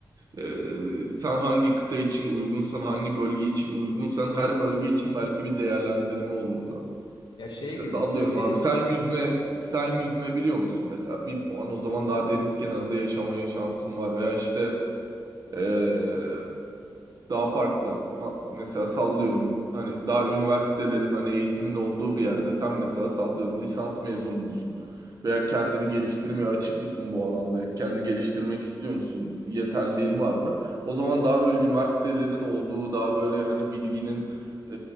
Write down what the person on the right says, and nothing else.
Ee, sen hangi kıta için uygunsan, hangi bölge için uygunsan her bölge için belki bir değerlendirme olurdu.
İşte
sallıyorum
abi sen yüzme sen yüzme biliyor musun mesela bir puan o zaman daha deniz kenarında yaşamaya şansın var veya işte ee, daha farklı. Ma- Mesela sallıyorum hani daha üniversitelerin hani eğitimin olduğu bir yerde sen mesela sallıyorum lisans mezunu musun? Veya kendini geliştirmeye açık mısın bu alanda? Kendini geliştirmek istiyor musun? Yeterliğin var mı? O zaman daha böyle üniversitelerin olduğu, daha böyle hani bilginin e,